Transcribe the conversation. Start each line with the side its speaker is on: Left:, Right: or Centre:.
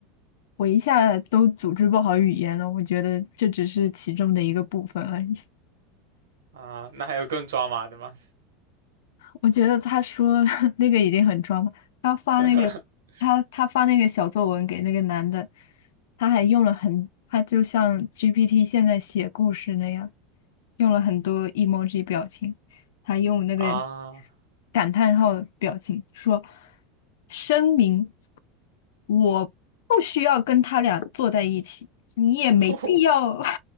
Left: 我一下都组织不好语言了，我觉得这只是其中的一个部分而已。
Right: 啊。那还有更抓马的吗？
Left: 我觉得他说 <laughs> 那个已经很装了。他发那个，
Right: <laughs>
Left: 他他发那个小作文给那个男的，他还用了很，他就像 GPT 现在写故事那样，用了很多 emoji 表情，他用那个
Right: 啊，
Left: 感叹号表情说：“声明，我不需要跟他俩坐在一起，你也没必要
Right: <laughs>
Left: <laughs>。”